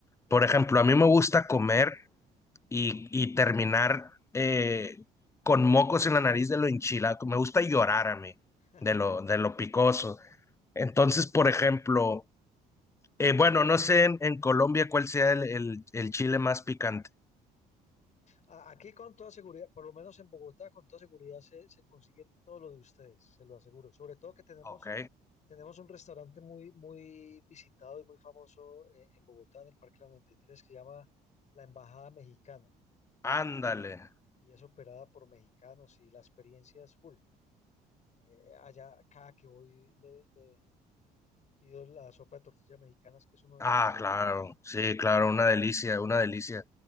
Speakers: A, on the left; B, on the left.
A: Por ejemplo, a mí me gusta comer y, y terminar eh, con mocos en la nariz de lo enchilado. Me gusta llorar a mí
B: <laughs>
A: de lo, de lo picoso. Entonces,
B: Ok.
A: por ejemplo, eh, bueno, no sé en, en Colombia cuál sea el, el, el, chile más picante.
B: A- Aquí con toda seguridad, por lo menos en Bogotá, con toda seguridad se, se consigue todo lo de ustedes, se lo aseguro. Sobre todo que tenemos,
A: Ok,
B: tenemos un restaurante muy, muy visitado y muy famoso eh, en Bogotá, en el Parque La noventa y Tres, que se llama La Embajada Mexicana.
A: ándale.
B: y, y es operada por mexicanos y la experiencia es full. Eh, allá, cada que voy, le, le pido la sopa de tortillas mexicanas, que es uno de
A: Ah,
B: mis favoritos.
A: claro, sí, claro, una delicia, una delicia.